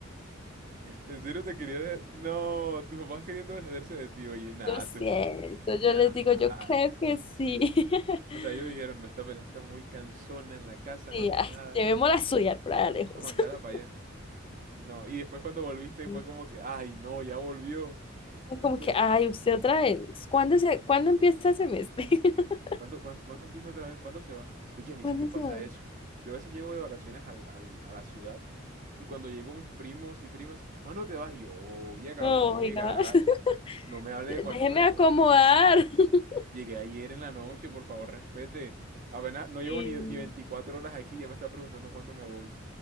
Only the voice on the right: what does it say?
¿En serio te querías? de- No, tus papás queriendo deshacerse de ti, oye, nada,
tú, est-
nada.
O sea, ellos dijeron, no, esta pelada está muy cansona en la casa,
no hace
nada,
vamos a mandarla
para allá. No, y después cuando volviste
fue como que, ay, no, ya volvió.
En
serio.
¿Cuándo, cuán- cuándo empieza otra vez? ¿Cuándo se va? Oye, a mí
sí me pasa
eso. Yo a veces llego de vacaciones al- al- a la ciudad y cuando llego mis primos y primas, ¿cuándo te vas? Y yo, oye, acabo
de llegar.
No me hable
de cuándo
me voy.
Llegué ayer en la noche, por favor, respete. Apenas no
llevo ni, ni 24 horas aquí, ya me está preguntando cuándo me voy.